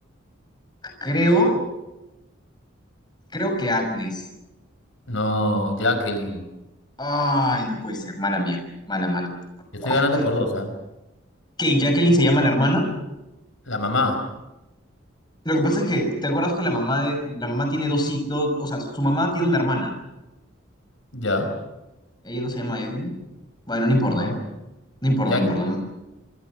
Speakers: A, on the left; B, on the left.
A: creo, creo que Agnes.
B: No, Jacqueline.
A: Ay, no puede ser, mala mía. Mala, mala, mala.
B: Yo estoy
A: Ay,
B: ganando
A: ya.
B: por dos, ¿ah?
A: ¿Que Jacqueline se llama la hermana?
B: La mamá.
A: Lo que pasa es que, ¿te acuerdas que la mamá de, la mamá tiene dos, hij- dos, o sea, su mamá tiene una hermana.
B: Ya.
A: Ella no se llama Jacqueline. Bueno, no importa.
B: No,
A: No importa,
B: Jacqueline.
A: no importa.